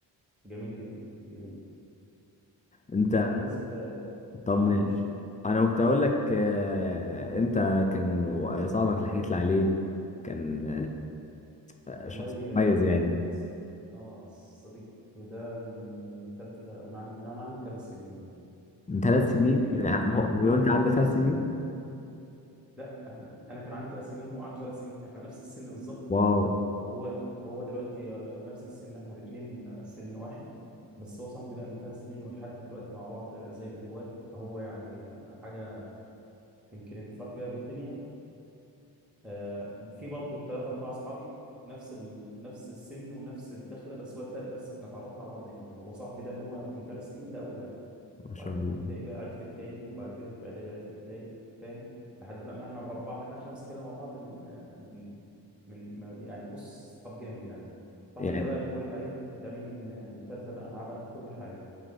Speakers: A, in the centre; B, on the left.
A: جميل جدا جميل
B: انت
A: بالنسبة
B: طب
A: اه
B: ماشي
A: ماشي
B: انا كنت اقول لك آه، انت كان صاحبك اللي حكيت لي عليه كان آه،
A: والله
B: شخص كويس
A: اه
B: يعني
A: آه، صديق ده من تالتة وانا عن- من انا عندي ثلاث سنين
B: من ثلاث
A: هو صديقي
B: سنين
A: جدا
B: يعني
A: يعني
B: هو- وانت
A: اه من
B: عندك
A: ثلاث
B: ثلاث
A: سنين
B: سنين
A: لا احنا انا كان عندي ثلاث سنين وهو عنده ثلاث سنين احنا نفس السن بالظبط
B: واو
A: وهو هو دلوقتي آه، نفس السن احنا الاثنين آه، سن واحد بس هو صاحبي بقى من ثلاث سنين ولحد دلوقتي مع بعض آه، زي الاخوات فهو يعني آه، حاجه يمكن اللي طلعت بيها بالدنيا آه، في برضه ثلاثة أربعة أصحابي نفس ال... نفس السن ونفس الدخلة بس هو الفرق بس إحنا اتعرفنا على بعض إمتى هو صاحبي ده اللي هو من ثلاث سنين ده أول واحد
B: ما
A: وبعد
B: شاء
A: كده
B: الله
A: في ابتدائي بقى عرفت التاني وبعد كده في إعدادي عرفت التالت فاهم لحد بقى ما إحنا الأربعة إحنا الخمسة كده مع بعض من آه، من من ما- يعني بص صحاب جامد يعني صاحبي
B: يعني
A: ده بقى اللي بقولك عليه ده من آه، من تالتة بقى معاه بقى في كل حاجة